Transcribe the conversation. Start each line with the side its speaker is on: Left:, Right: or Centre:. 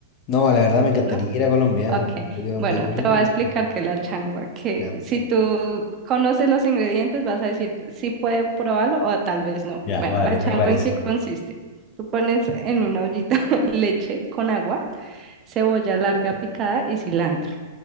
Left: No, la verdad me encantaría
Right: ¿no?
Left: ir a Colombia.
Right: Ok,
Left: ¿eh? Encuentro que es un
Right: bueno,
Left: país muy
Right: te
Left: lindo,
Right: voy
Left: pero
Right: a explicar
Left: no.
Right: qué es la changua, que
Left: Ya.
Right: si tú conoces los ingredientes vas a decir si puede probarlo o tal vez no.
Left: Ya,
Right: Bueno,
Left: vale,
Right: la changua
Left: me parece.
Right: en qué consiste. Tú pones en una ollita <laughs> leche con agua, cebolla larga picada y cilantro.